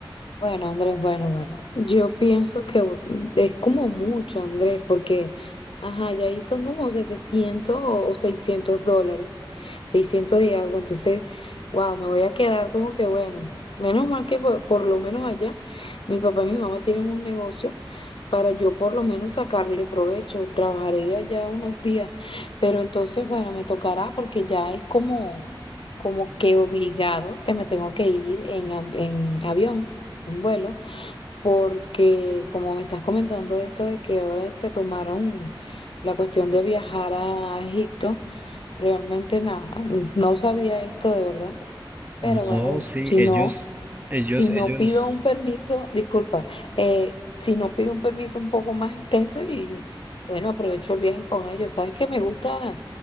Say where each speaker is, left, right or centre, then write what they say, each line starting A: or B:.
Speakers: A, on the left; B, on the right.
A: Bueno, Andrés, bueno, bueno. Yo pienso que u- es como mucho, Andrés, porque, ajá, ya ahí son como 700 o, o 600 dólares, 600 y algo. Entonces, wow, me voy a quedar como que, bueno, menos mal que por, por lo menos allá mi papá y mi mamá tienen un negocio para yo por lo menos sacarle provecho. Trabajaré allá unos días, pero entonces, bueno, me tocará porque ya es como, como que obligado que me tengo que ir en, av- en avión en vuelo, porque como me estás comentando esto de que ahora se tomaron la cuestión de viajar a Egipto, realmente nada, no sabía esto de verdad, pero
B: No,
A: bueno,
B: sí,
A: si
B: ellos,
A: no,
B: ellos,
A: si
B: ellos,
A: no pido un permiso, disculpa, eh, si no pido un permiso un poco más extenso y bueno, aprovecho el viaje con ellos, sabes que me gusta